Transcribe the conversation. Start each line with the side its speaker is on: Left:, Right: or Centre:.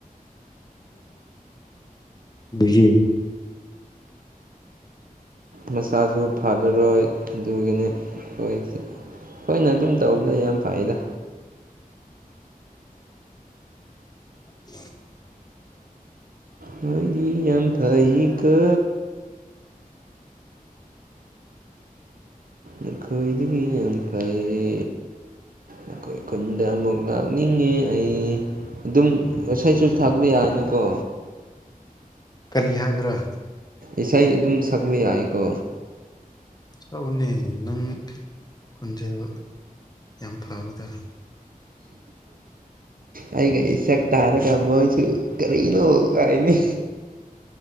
Left: ꯎꯝ ꯖꯤ
Right: ꯃꯁꯥꯁꯨ ꯐꯔꯔꯣꯏ ꯑꯗꯨꯒꯅꯤ ꯑꯩꯈꯣꯏꯁ ꯍꯣꯏꯅ ꯑꯗꯨꯝ ꯇꯧꯕꯅ ꯌꯥꯝ ꯐꯩꯗ
Left: <inaudible>
Right: ꯃꯣꯏꯗꯤ ꯑ ꯐꯩ ꯀꯦ ꯑꯩꯈꯣꯏ ꯗꯒꯐꯩꯌꯦ ꯑꯩꯈꯣꯏ ꯈꯨꯟꯗ ꯑꯃꯨꯛ ꯂꯥꯛꯅꯤꯡꯉꯤ ꯑꯩ ꯑꯗꯨꯝ ꯏꯁꯩꯁꯨ ꯊꯥꯛꯄ ꯌꯥꯅꯤꯀꯣ
Left: ꯀꯔꯤ ꯍꯥꯏꯕ꯭ꯔꯥ
Right: ꯏꯁꯩ ꯑꯗꯨꯝ ꯁꯛꯄ ꯌꯥꯏꯀꯣ
Left: ꯆꯥꯛꯎꯅꯦ ꯅꯪ ꯈꯨꯟꯁꯦꯜ ꯌꯥꯝ ꯐꯕꯗꯔꯥ
Right: ꯑꯩꯒꯤ ꯑꯦꯁꯛ ꯇꯥꯔꯒꯝꯕ ꯆꯁꯨ ꯀꯔꯤꯅꯣ ꯍꯥꯏꯅꯤ